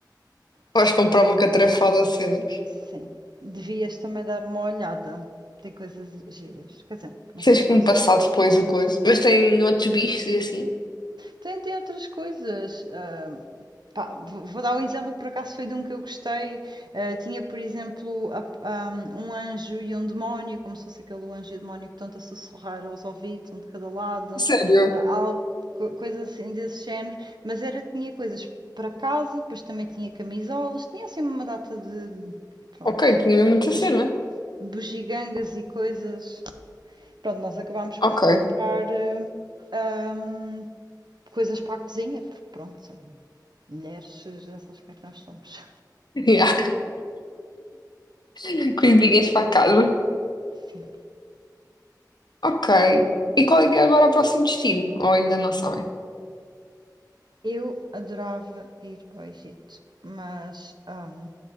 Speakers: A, on the right; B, on the left.
A: sou
B: podes comprar
A: capaz.
B: uma catrafada a cenas.
A: Sim. Devias também dar uma olhada. Tem coisas giras. Quer dizer, não
B: Tens
A: sei se
B: que
A: fazes.
B: me passar depois o coisa. Mas tem outros bichos e assim.
A: Tem, tem outras coisas. ah, Pá, vou vou dar um exemplo que por acaso foi de um que eu gostei. Eh, tinha, por exemplo, a- a- um anjo e um demónio, como se fosse aquele anjo e o demónio que estão-te a sussurrar aos ouvidos, um de cada lado,
B: Sério?
A: ah, algo, co- coisas assim desse género. Mas era, tinha coisas para casa, depois também tinha camisolas, tinha assim uma data de, de- pronto,
B: Ok, tinha mesmo muita
A: bugi-
B: cena.
A: bugigangas e coisas. Pronto, nós acabámos por
B: Ok.
A: comprar eh, ahm, coisas para a cozinha, porque pronto, mulheres já sabes como é que nós somos.
B: Yeah. <laughs> Coisinhas para casa.
A: Sim.
B: Ok. E qual é que é agora o próximo destino? Ou ainda não sabem?
A: Eu adorava ir ao Egito, mas hum,